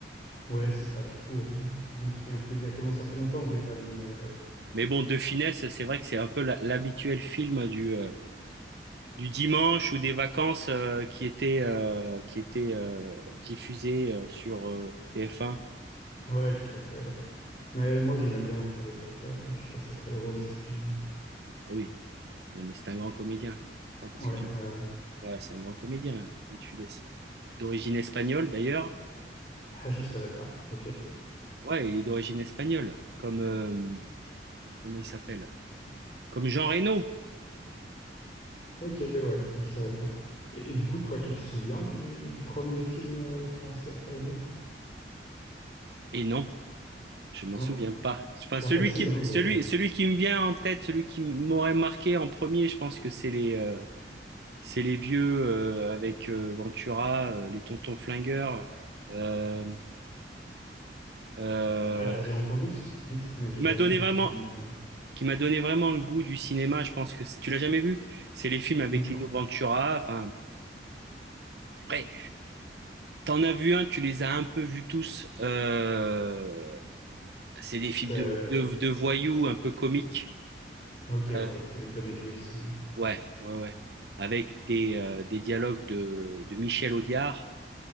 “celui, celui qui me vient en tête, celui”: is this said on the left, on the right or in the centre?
Right